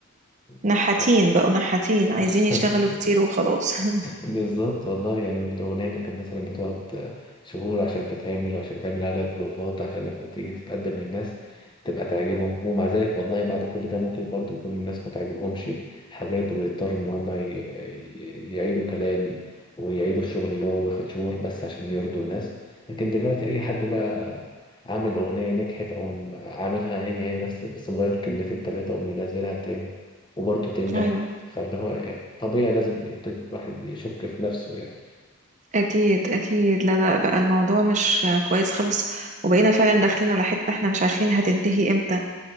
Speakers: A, on the left; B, on the right.
A: بس
B: نحاتين بقوا نحاتين عايزين
A: ف...
B: يشتغلوا
A: <laughs>
B: كتير وخلاص <laughs>
A: بالظبط والله يعني الأغنية اللي كانت مثلا بتقعد شهور عشان تتعمل وعشان يتعمل عليها بروفات عشان لما تيجي تتقدم للناس تبقى تعجبهم ومع ذلك والله بعد كل ده ممكن برضو يكون الناس ما تعجبهمش حاجات ويضطروا إن هما ي- ي- يعيدوا كلام ويعيدوا الشغل اللي هو واخد شهور بس عشان يرضوا الناس لكن دلوقتي أي حد بقى عامل أغنية نجحت أو عاملها هي هي نفس بس مغير كلمتين تلاتة ومنزلها تاني وبرضه تنجح
B: أيوه
A: فاللي هو يعني طبيعي لازم يبتدي الواحد يشك في نفسه يعني
B: أكيد أكيد لا لا بقى الموضوع مش كويس خالص وبقينا فعلا داخلين على حتة احنا مش عارفين هتنتهي امتى